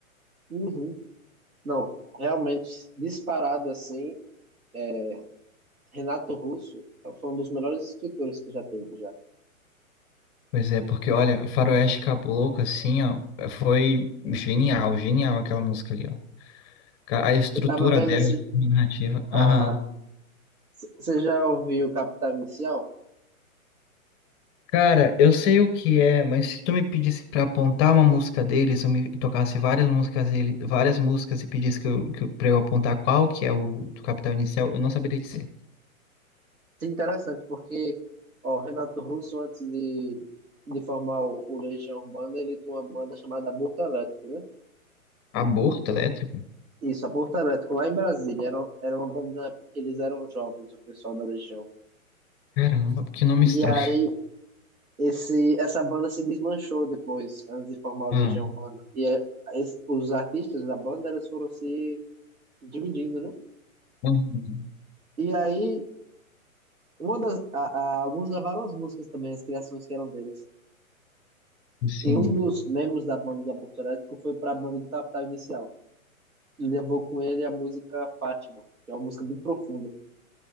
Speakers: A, on the right; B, on the left.
A: Uhum. Não, realmente, disparado assim, é, Renato Russo foi um dos melhores escritores que já teve já.
B: Pois é, porque olha, Faroeste Caboclo, assim, ó, foi genial, genial aquela música ali, ó. A estrutura
A: Eu tava vendo
B: dela,
A: esse.
B: a narrativa.
A: Ah,
B: Aham.
A: c- você já ouviu Capital Inicial?
B: Cara, eu sei o que é, mas se tu me pedisse pra apontar uma música deles, eu me tocasse várias músicas dele, várias músicas e pedisse que eu, que eu, pra eu apontar qual que é o do Capital Inicial, eu não saberia dizer.
A: Sim, interessante, porque ó, o Renato Russo, antes de, de formar o, o Legião Urbana, ele tinha uma banda chamada Aborto Elétrico, né?
B: Aborto elétrico?
A: Isso, Aborto Elétrico, lá em Brasília. Era, era uma banda na época que eles eram jovens, o pessoal da Legião.
B: Caramba, que nome
A: E
B: estranho.
A: aí,
B: <laughs>
A: esse, essa banda se desmanchou depois, antes de formar o
B: Ah,
A: Legião Urbana. E é, es- os artistas da banda, eles foram se dividindo, né?
B: uhum,
A: E aí, uma das, a, a- alguns levaram as músicas também, as criações que eram deles.
B: assim,
A: E um dos membros da banda do Aborto Elétrico foi para a banda do Capital Inicial. E levou com ele a música Fátima, que é uma música muito profunda.